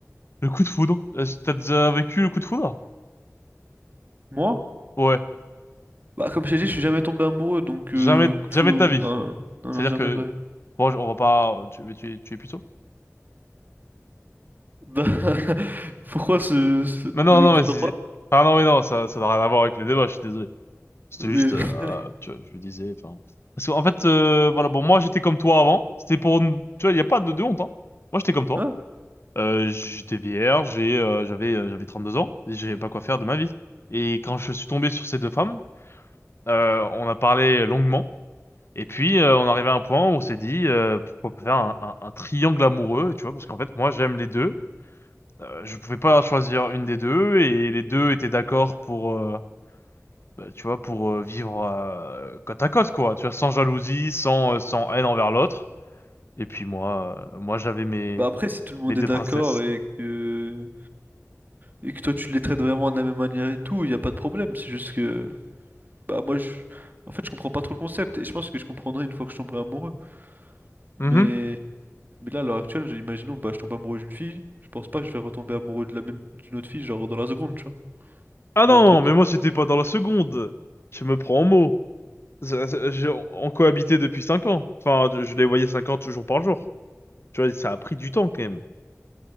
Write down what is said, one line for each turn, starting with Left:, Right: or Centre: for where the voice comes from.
Left: Le coup de foudre? Euh, T'as déjà vécu le coup de foudre?
Right: Moi?
Left: Ouais.
Right: Bah comme je t'ai dit, je suis jamais tombé amoureux, donc
Left: Jamais,
Right: euh, coup de
Left: jamais
Right: foudre,
Left: de ta vie.
Right: non, non,
Left: C'est-à-dire
Right: non, jamais
Left: que,
Right: de ma vie.
Left: bon, je- on va pas, tu, mais tu, es- tu es plutôt?
Right: Bah, <laughs> pourquoi ce, ce-
Left: Mais non,
Right: l'objet
Left: non, mais c'est,
Right: d'en parler?
Left: ah non, mais non, ça, ça n'a rien à voir avec le débat, je suis désolé. C'était
Right: Oui.
Left: juste, euh,
Right: <laughs>
Left: ah, tu vois, je me disais, enfin. Parce qu'en fait, euh, voilà, bon, moi, j'étais comme toi avant. C'était pour, une- tu vois, il y a pas de, de honte, hein. Moi, j'étais comme toi.
Right: Ah,
Left: Euh, j'étais vierge J'ai, euh, j'avais, euh, j'avais 32 ans. Et j'avais pas quoi faire de ma vie. Et quand je suis tombé sur ces deux femmes, euh, on a parlé longuement. Et puis, euh, on arrivait à un point où on s'est dit, euh, pourquoi pas faire un, un- un triangle amoureux, tu vois, parce qu'en fait, moi, j'aime les deux. Euh, je pouvais pas choisir une des deux, et les deux étaient d'accord pour, euh, bah, tu vois, pour euh, vivre euh, côte à côte, quoi, tu vois, sans jalousie, sans, euh, sans haine envers l'autre. Et puis moi, euh, moi, j'avais mes,
Right: bah après, si tout le monde
Left: mes deux
Right: est d'accord
Left: princesses.
Right: et que... et que toi tu les traites vraiment de la même manière et tout, il n'y a pas de problème. C'est juste que, bah moi, je... en fait, je comprends pas trop le concept et je pense que je comprendrai une fois que je tomberai amoureux. Mais,
Left: Mhm.
Right: mais là, à l'heure actuelle, j'ai- imaginons, bah je tombe amoureux d'une fille, je pense pas que je vais retomber amoureux de la même d'une autre fille, genre dans la seconde, tu vois.
Left: Ah non,
Right: Ça va être trop bizarre.
Left: mais moi, c'était pas dans la seconde. Je me prends au mot. Ça- ça- j'ai- On cohabitait depuis cinq ans. Enfin, je je les voyais cinq ans toujours par jour. Tu vois, ça a pris du temps quand même.